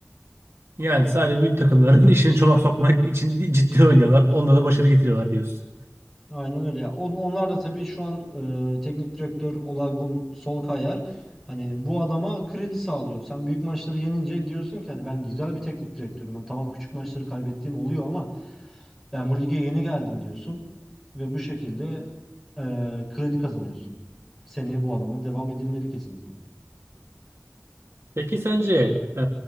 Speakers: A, on the right; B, in the centre.
A: Yani sadece büyük takımların <laughs> işini çomak sokmak için ciddi oynuyorlar. Onlara da başarı getiriyorlar diyorsun.
B: Aynen öyle ya. On- Onlar da tabii şu an e, teknik direktör Olagun Solkayar hani bu adama kredi sağlıyor. Sen büyük maçları yenince diyorsun ki hani ben güzel bir teknik direktörüm. Hani Tamam küçük maçları kaybettiğim oluyor ama ben bu lige yeni geldim diyorsun ve bu şekilde e, kredi kazanıyorsun. Seneye bu adama devam edilmeli kesinlikle.
A: Peki sence e,